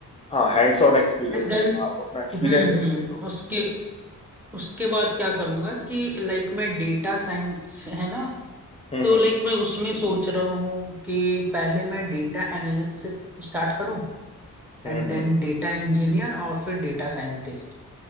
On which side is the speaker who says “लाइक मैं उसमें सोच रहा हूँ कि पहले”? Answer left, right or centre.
Centre